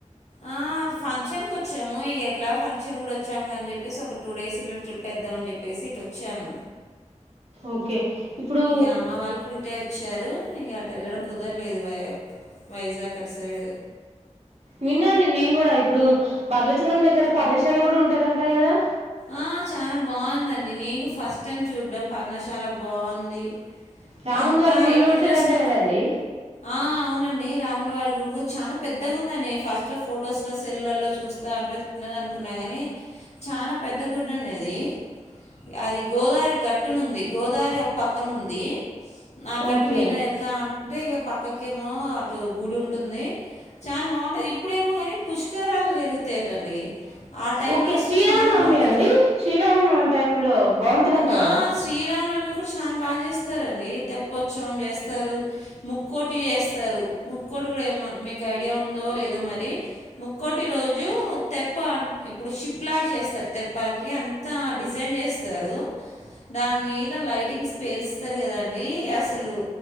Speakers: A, on the left; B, on the right.
A: ఆ ఫంక్షన్ కొచ్చాము ఇ ఎట్లా ఫంక్షన్ కూడా వచ్చాము కా అని చెప్పేసి ఒక టూ డేస్ ఇట్లా ట్రిప్ వేద్దామని చెప్పేసి ఇటొచ్చాను
B: ఓకే ఇప్పుడు
A: ఇక అమ్మ వాళ్ళు కుడా ఇటే వచ్చారు ఇంకా అటెళ్ళడం కుదరలేదు వై వైజాగ్ అటు సైడ్
B: విన్నా అండి నేను కూడ ఇప్పుడు భద్రాచలం దగ్గర పర్ణశాల కూడా ఉంటాదంట కదా
A: ఆ చానా బావుందండి నేగూ ఫస్ట్ టైం చూడ్డం పర్ణశాల బావుంది
B: రాముల
A: అంతా
B: వారి గుడి
A: ఎక్కడ
B: కూడా ఉంటుందంట
A: చూసిన
B: కదండి
A: ఆ అవునండి రావ అమ్మవారి గుడి కూడా చాలా పెద్దగా ఉందండీ ఫస్ట్ లో ఫొటోస్ లో సెల్లలో చూస్తంటే చిన్నదినుకున్నా కానీ చానా పెద్ద గుడుండేది అది గోదారి గట్టునుంది గోదారి ఒక పక్కన ఉంది నా గట్టి
B: ఓకే
A: మీద ఎల్తా ఉంటే ఇక ప పక్కకేమో అటు గుడుంటుంది చాలా బావుంటది ఇప్పుడేమో కానీ పుష్కరాలు జరుగుతాయటండి ఆ టైమ్
B: ఓకే
A: లో వస్తే
B: శ్రీరామనవమి
A: చానా బావుం
B: అండి శ్రీరామనవమి టైఝ లో బాగుంటదంట
A: ఆ!
B: కదా
A: శ్రీరామనవమి చాలా బాగా చేస్తారండి తెప్పోత్సవం చేస్తారు ముక్కోటి చేస్తారు ముక్కోటి కూడా ఏమ మీకు ఐడియా ఉందో లేదో మరి ముక్కోటి రోజు తెప్ప అంటే ఇప్పుడు షిప్లాగా చేస్తారు తెప్పకి అంతా డిజైన్ చేస్తారు, దాని మీద లైటింగ్స్ పేల్స్తరు కదండి అసలు